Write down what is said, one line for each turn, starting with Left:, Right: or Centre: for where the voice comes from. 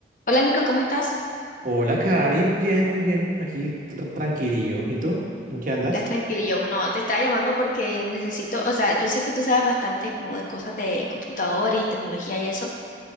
Left: Hola Nico, ¿cómo estás?
Right: Hola, Cari. Bien, muy bien. Aquí tr- tranquilillo. ¿Y tú? ¿En qué andas?
Left: ¿Estás tranquilo? Yo no, te estaba llamando porque necesito, o sea, yo sé que tú sabes bastante como de cosas de computador y tecnología y eso,